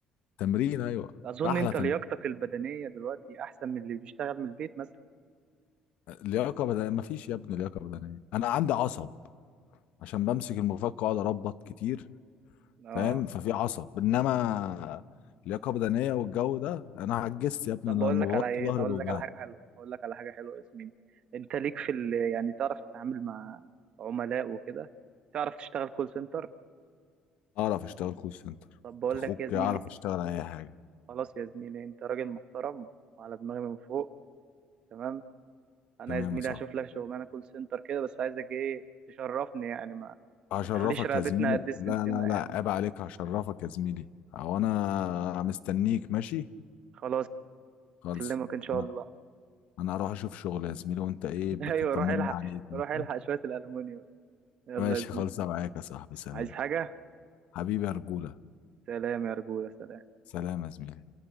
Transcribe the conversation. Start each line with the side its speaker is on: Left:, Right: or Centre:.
Left: تمرين ايوه
Right: أظن
Left: احلى
Right: أنت
Left: تمرين.
Right: لياقتك البدنية دلوقتي أحسن من اللي بيشتغل من البيت مثلا
Left: لياقه بدنيه مفيش يا ابني لياقه بدنيه انا عندي عصب عشان بمسك المفك واقعد اربط كتير
Right: اه
Left: فاهم ففي عصب انما لياقه بدنيه والجو ده انا عجزت يا ابني
Right: طب
Left: انا
Right: بقول
Left: لما
Right: لك
Left: بوطي
Right: على إيه
Left: ظهري
Right: طب أقول
Left: بيوجعني
Right: لك على حاجة حلوة أقول لك على حاجة حلوة يا زميلي أنت ليك في ال... يعني تعرف تتعامل مع عملاء وكده تعرف تشتغل كول سنتر
Left: اعرف اشتغل كول سنتر
Right: طب بقول
Left: أنت اخوك
Right: لك يا زميلي
Left: اعرف اشتغل اي حاجه
Right: خلاص يا زميلي أنت راجل محترم وعلى دماغي من فوق تمام انا
Left: تمام
Right: يا زميلي
Left: يا صاحبي
Right: هشوف لك شغلانه كول سنتر كده بس عايزك ايه تشرفني يعني ما
Left: هشرفك
Right: ما تخليش رقبتنا
Left: يا زميلي
Right: قد السمسمه
Left: لا لا
Right: يعني
Left: لا عيب عليك هشرفك يا زميلي هو انا مستنيك ماشي
Right: خلاص
Left: خلص
Right: اكلمك ان شاء
Left: انا
Right: الله
Left: انا هروح اشوف شغل يا زميلي وانت ايه
Right: <laughs>
Left: بك
Right: ايوه
Left: طمنا
Right: روح الحق
Left: عليك ماشي
Right: روح الحق شويه الالومنيوم يلا
Left: ماشي
Right: يا زميلي
Left: خلص معاك يا صاحبي سلام
Right: عايز حاجه
Left: حبيبي يا رجولة
Right: سلام يا رجوله سلام
Left: سلام يا زميلي